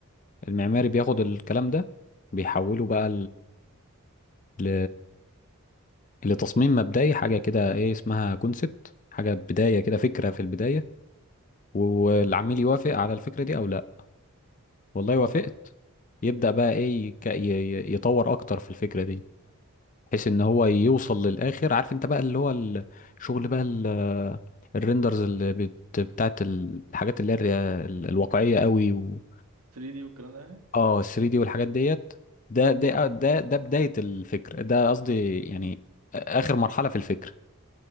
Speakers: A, on the left (about 35°); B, on the right (about 85°).
A: المعماري بياخد الكلام ده بيحوله بقى ل لتصميم مبدئي حاجة كده ايه اسمها كونسبت حاجة بداية كده فكرة في البداية والعميل يوافق على الفكرة دي او لا والله
B: اه
A: وافقت
B: فاهم
A: يبدأ بقى ايه يك- ي- ي- يطور اكتر في الفكرة دي بحيث ان هو يوصل للاخر عارف انت بقى اللي هو الشغل بقى ال- الريندرز اللي بت- بتاعت ال- الحاجات اللي هي الريا- ال- الواقعية قوي و...
B: 3D والكلام ده يعني
A: اه 3 دي والحاجات ديت ده ده
B: مم.
A: ده ده بداية الفكر ده قصدي يعني آخر مرحلة في الفكر